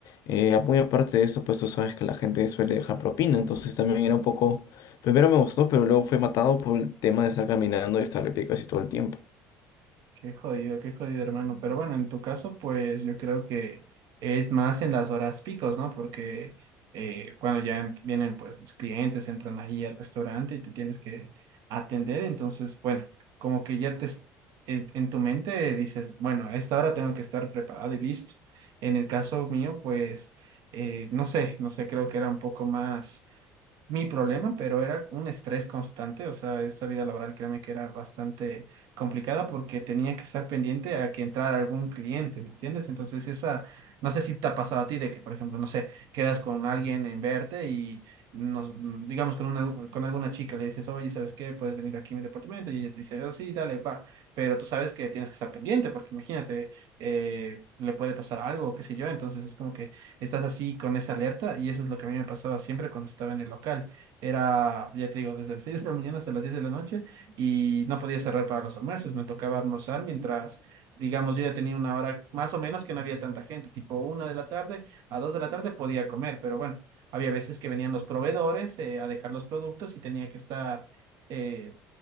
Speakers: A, on the left; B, on the right.
A: Eh, muy aparte de eso, pues tú sabes que la gente suele dejar propina, entonces también era un poco... Primero me gustó, pero luego fue matado por el tema de estar caminando y estar de pie casi todo el tiempo.
B: Qué jodido, qué jodido, hermano. Pero bueno, en tu caso, pues yo creo que es más en las horas picos, ¿no? Porque eh, cuando ya en- vienen, pues los clientes entran allí al restaurante y te tienes que atender. Entonces, bueno, como que ya te es- en, en tu mente dices, bueno, a esta hora tengo que estar preparado y listo. En el caso mío, pues eh, no sé, no sé, creo que era un poco más mi problema, pero era un estrés constante, o sea, esa vida laboral créeme que era bastante complicada porque tenía que estar pendiente a que entrara algún cliente, ¿me entiendes? Entonces esa, no sé si te ha pasado a ti de que, por ejemplo, no sé, quedas con alguien en verte y nos, digamos con una, con alguna chica le dices, oye, ¿sabes qué? Puedes venir aquí a mi departamento y ella te dice, "Oh, sí, dale, va, pero tú sabes que tienes que estar pendiente porque imagínate, eh, le puede pasar algo, qué sé yo, entonces es como que estás así con esa alerta y eso es lo que a mí me pasaba siempre cuando estaba en el local. Era, ya te digo, desde las 6 de la mañana hasta las 10 de la noche y no podía cerrar para los almuerzos, me tocaba almorzar mientras, digamos, yo ya tenía una hora más o menos que no había tanta gente, tipo una de la tarde a dos de la tarde podía comer, pero bueno, había veces que venían los proveedores eh, a dejar los productos y tenía que estar... eh,